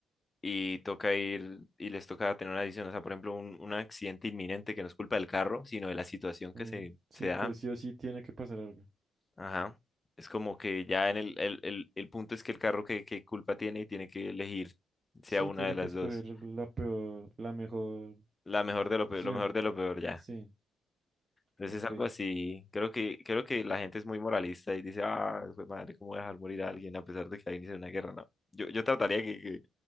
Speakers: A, on the left; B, on the right.
A: y toca ir y les toca tener una decisión, o sea, por ejemplo, un, un accidente inminente que no es culpa del carro, sino de la situación que
B: Mm,
A: se,
B: Sí,
A: se da.
B: que sí o sí tiene que pasar algo.
A: Ajá. Es como que ya en el, el, el, el punto es que el carro que, culpa tiene y tiene que elegir, sea
B: Sí,
A: una
B: tiene
A: de las
B: que escoger
A: dos.
B: la peor, la mejor
A: La mejor de lo
B: opción.
A: peor, lo mejor de lo peor ya.
B: Sí,
A: Entonces
B: ok.
A: es algo así, creo que, creo que la gente es muy moralista y dice, ah, jue madre, ¿cómo voy a dejar morir a alguien a pesar de que haya iniciado una guerra? No, yo, yo trataría que, que-